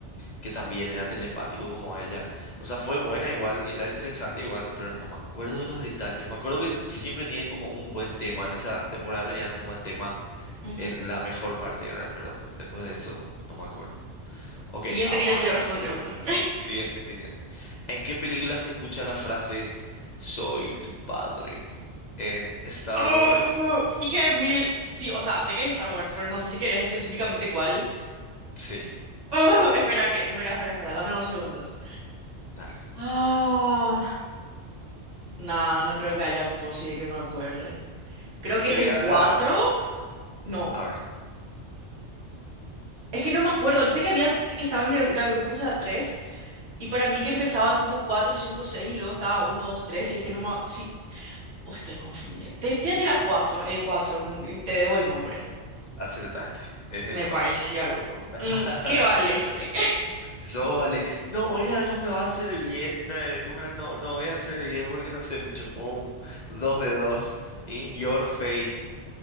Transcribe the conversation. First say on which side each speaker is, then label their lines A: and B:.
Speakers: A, on the left; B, on the right.
A: que también era telepático como ella. O sea, fue buena igual, era interesante igual, pero no me acuerdo de los detalles. Me acuerdo que siempre tienen como un buen tema, en esa temporada tenían un buen tema
B: Ujú.
A: en la mejor parte, ¿verdad? Pero después de eso, no me acuerdo. Ok,
B: Siguiente
A: Amar.
B: que ya quiero responder una.
A: Sí, siguiente, siguiente. ¿En qué película se escucha la frase Soy tu padre? ¿En
B: <laughs>
A: Star
B: ¡Oh!
A: Wars?
B: Hija de mil. Sí, o sea, sé que es Star Wars, pero no sé si querés
A: Sí.
B: específicamente cuál.
A: Sí,
B: <laughs> ¡Oh! Espera que, espera, espera, espera, dame dos segundos.
A: dale.
B: Ah, no, no creo que haya posible que me acuerde. Creo que
A: Te
B: es
A: voy
B: el
A: a
B: 4.
A: dar la...
B: No,
A: A ver.
B: es que no me acuerdo. Sé que habían, que estaban de, era grupos de A3 y
A: Ujú.
B: para mí que empezaba tipo 4, 5, 6 y luego estaba uno, 2, 3 y es que no me... Sí, oh, estoy confundiendo. Te, te voy a tirar 4, el 4. n- te debo el nombre.
A: Acertaste. Es el
B: Me
A: 4.
B: parecía luego. Mm,
A: <laughs>
B: ¿qué vale soy?
A: Sóbale. No, ya no me va a hacer bien. eh, ¿Cómo era? No, no voy a hacer bien porque no sé mucho. Boom. Dos de dos. In your face.